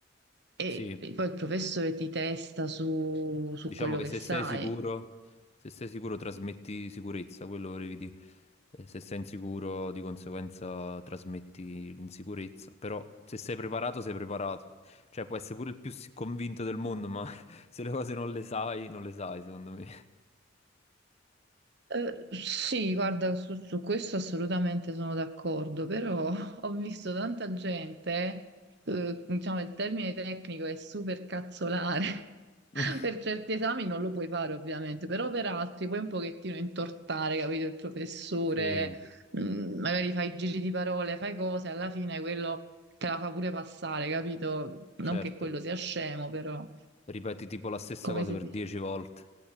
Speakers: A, on the right (about 60°); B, on the left (about 35°).
A: e
B: Sì,
A: poi il professore ti testa su, su
B: diciamo
A: quello
B: che
A: che
B: se
A: sai.
B: sei sicuro, se sei sicuro trasmetti sicurezza, quello volevi dire. E Se sei insicuro, di conseguenza trasmetti l'insicurezza. Però se sei preparato, sei preparato. Cioè, puoi essere pure il più si- convinto del mondo, ma <laughs> se le cose non le sai, non le sai, secondo me.
A: Eh, sì, guarda, su, su questo assolutamente sono d'accordo, però <laughs> ho visto tanta gente, eh, diciamo il termine tecnico è super cazzolare.
B: <laughs>
A: <laughs> Per certi esami non lo puoi fare ovviamente, però per altri puoi un pochettino intortare, capito, il professore,
B: Sì,
A: mm, magari fai giri di parole, fai cose, alla fine quello te la fa pure passare, capito? Non
B: certo.
A: che quello sia scemo, però
B: Ripeti tipo la stessa
A: come
B: cosa
A: si
B: per
A: dice?
B: dieci volte.